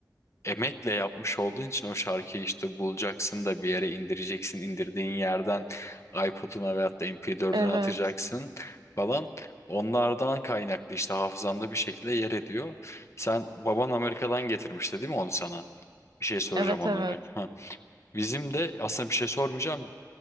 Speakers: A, on the left; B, on the right.
A: Emekle yapmış olduğun için o şarkıyı işte bulacaksın da bir yere indireceksin. İndirdiğin yerden iPod'una veyahut da MP4'üne
B: Evet.
A: atacaksın falan. Onlardan kaynaklı işte hafızanda bir şekilde yer ediyor. Sen baban Amerika'dan getirmişti değil mi onu sana? Bir şey soracağım
B: Evet
A: onlarla.
B: evet.
A: Bizim de aslında bir şey sormayacağım.